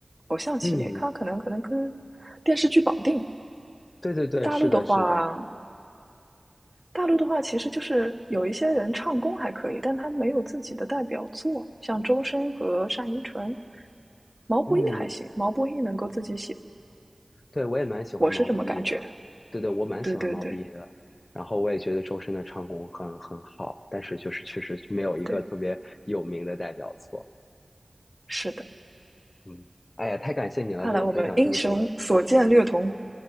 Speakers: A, on the right; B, on the left.
A: 偶像系列，
B: 嗯，
A: 它可能可能跟电视剧绑定。
B: 对对对，
A: 大陆的话，
B: 是的，是的，
A: 大陆的话其实就是有一些人唱功还可以，但他没有自己的代表作，像周深和单依纯，毛不易还行，
B: 嗯。
A: 毛不易能够自己写，
B: 对，我也蛮喜欢毛不易的，
A: 我是这么感觉。
B: 对对，我蛮喜欢毛不易的。
A: 对对对
B: 然后我也觉得周深的唱功很很好，但是就是确实没有一个特别有名的代表作。
A: 对，是的。
B: 嗯，哎呀，太感谢你了，
A: 看来我们英雄所见略同。
B: 跟我分享这么多。